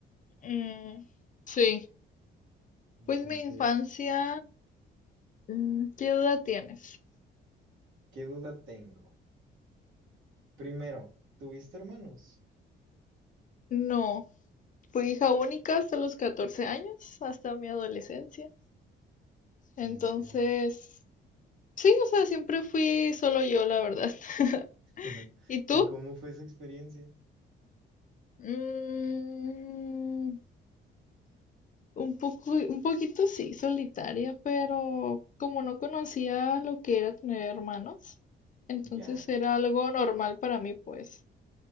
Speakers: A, on the left; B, on the right.
A: mm, sí.
B: Entonces,
A: Pues mi infancia, mm, ¿qué edad tienes?
B: ¿qué duda tengo? Primero, ¿tuviste hermanos?
A: No, fui hija única hasta los 14 años, hasta mi adolescencia. Entonces,
B: En serio.
A: sí, o sea, siempre fui solo yo, la verdad. <laughs>
B: <laughs>
A: ¿Y tú?
B: ¿Y cómo fue esa experiencia?
A: Mm, Un poco, un poquito sí, solitaria, pero como no conocía lo que era tener hermanos, entonces
B: Ya,
A: era algo normal para mí, pues.